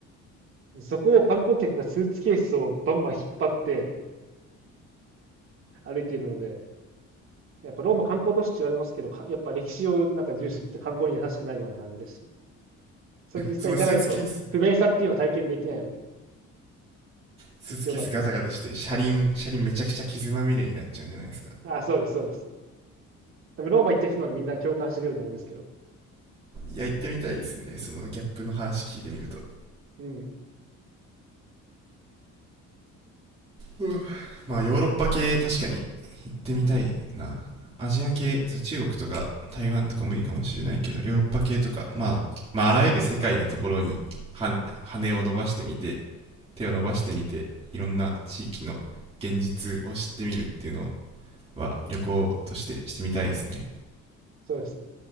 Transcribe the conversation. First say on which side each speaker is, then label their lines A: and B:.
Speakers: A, on the right; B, on the right.
A: そこを観光客がスーツケースをバンバン引っ張って歩いているので、やっぱローマ観光都市って言われますけど、かやっぱ歴史をなんか重視にして観光に優しくないような感じですそれ実際行かないと、
B: そのスーツケース
A: 不便さっていうのは体験できないので、
B: スーツケースガタガタして車輪車輪めちゃくちゃ傷まみれになっちゃうんじゃないですか
A: 行ってよかったです。あ、そうです、そうです。多分ローマ行ってる人ならみんな共感してくれると思うんですけど。
B: いや行ってみたいですねそのギャップの話聞いてみると
A: うん、
B: うんまあヨーロッパ系確かに行ってみたいなアジア系そう中国とか台湾とかもいいかもしれないけどヨーロッパ系とか、まあ、まああらゆる世界のところに羽を伸ばしてみて手を伸ばしてみていろんな地域の現実を知ってみるっていうのは旅行としてしてみたいですね
A: そうですね。